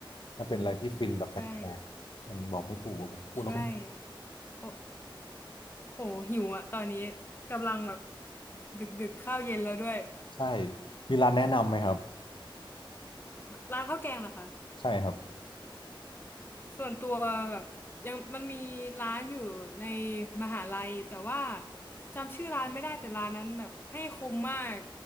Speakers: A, on the left (about 65°); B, on the left (about 25°).
A: มันเป็นอะไรที่ฟินแบบแปลกๆมันบอกไม่ถูกอะผมพูดแล้วก็
B: อืมใช่ ใช่โอ้โหหิวอะตอนนี้กำลังแบบดึกดึกข้าวเย็นแล้วด้วย
A: ใช่มีร้านแนะนำไหมครับ
B: ร้านข้าวแกงเหรอคะ
A: ใช่ครับ
B: ส่วนตัวแบบยังมันมีร้านอยู่ในมหาลัยแต่ว่าจำชื่อร้านไม่ได้แต่ร้านนั้นแบบให้คุ้มมาก